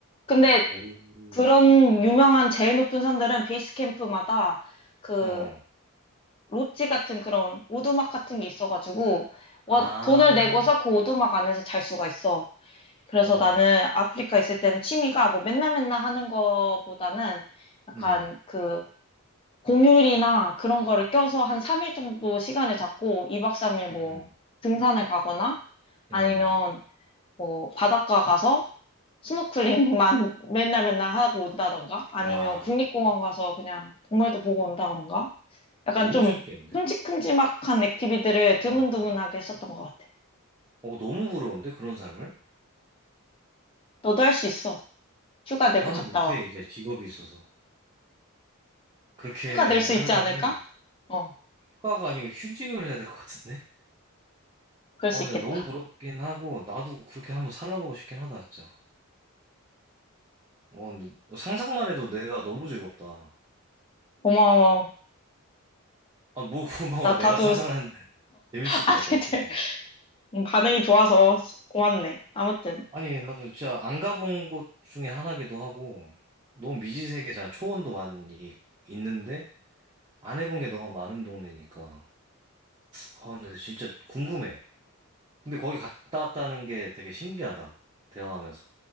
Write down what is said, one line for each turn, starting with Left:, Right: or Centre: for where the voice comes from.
Left: 근데
Right: 오.
Left: 그런 유명한 제일 높은 산들은 베이스 캠프마다 그
Right: 어. 어.
Left: 롯지 같은 그런 오두막 같은 게 있어가지고 원,
Right: 아,
Left: 돈을 내고서 그 오두막 안에서 잘 수가 있어. 그래서
Right: 어.
Left: 나는
Right: 어.
Left: 아프리카 있을 때는 취미가 뭐 맨날 맨날 하는 거보다는 약간
Right: 음.
Left: 그 공휴일이나 그런 거를 껴서 한 3일 정도 시간을 잡고 2박 3일 뭐
Right: 음.
Left: 등산을 가거나 아니면
Right: 음. 음.
Left: 뭐 바닷가 가서 스노클링만 <laughs> 맨날 맨날 하고 온다던가 아니면
Right: 야,
Left: 국립공원 가서 그냥 동물도 보고 온다던가 약간
Right: 너무
Left: 좀
Right: 재밌겠는데?
Left: 큼직큼직한 액티비티를
Right: 어.
Left: 드문드문하게 했었던 것 같아.
Right: 어, 너무 부러운데 그런 삶을?
Left: 너도 할 수 있어. 휴가 내고
Right: 나는
Left: 갔다
Right: 못해.
Left: 와.
Right: 이제 직업이 있어서. 그렇게
Left: 휴가 낼 수
Right: 하려면
Left: 있지 않을까? 어,
Right: 휴가가 아니고 휴직을 해야 될 것 같은데?
Left: 그럴
Right: 아,
Left: 수
Right: 근데
Left: 있겠다.
Right: 너무 부럽긴 하고 나도 그렇게 한번 살아보고 싶긴 하다, 진짜. 어, 근데 상상만 해도 내가 너무 즐겁다.
Left: 고마워.
Right: 아, 뭐 <laughs> 고마워.
Left: 나
Right: 내가
Left: 다도
Right: 상상하는데
Left: <laughs> 어,
Right: 재밌을
Left: 아니
Right: 것 같다고,
Left: 근데
Right: 진짜로.
Left: 반응이 좋아서 고맙네. 아무튼
Right: 아니, 나도 진짜 안 가본 곳 중에 하나기도 하고, 너무 미지 세계잖아. 초원도 많이 있는데, 안 해본 게 너무 많은 동네니까. 아, 근데 진짜 궁금해. 근데 거기 갔다 왔다는 게 되게 신기하다. 대화하면서.